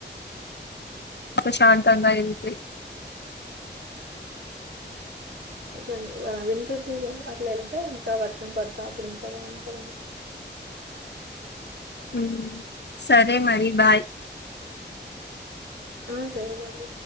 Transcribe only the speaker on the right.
ఉ ఆ వింటర్ సీజన్ అట్ల వెళ్తే ఇంక వర్షం పడతా అప్పుడు ఇంకా బాంటది.
ఆ సరే బాయ్